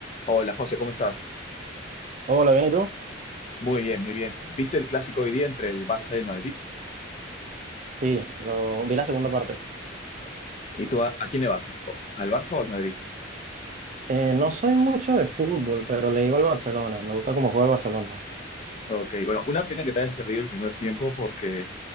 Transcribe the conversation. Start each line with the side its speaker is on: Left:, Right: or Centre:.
Left: Hola José, ¿cómo estás?
Right: Hola, ¿bien y tú?
Left: Muy bien, muy bien. ¿Viste el clásico hoy día entre el Barça y el Madrid?
Right: Sí, lo, vi la segunda parte.
Left: ¿Y tú a, a quién le vas? ¿O- ¿Al Barça o al Madrid?
Right: Eh, no soy mucho de fútbol, pero le iba al Barcelona. Me gusta cómo juega el Barcelona.
Left: Ok, bueno, una pena que te hayas perdido el primer tiempo porque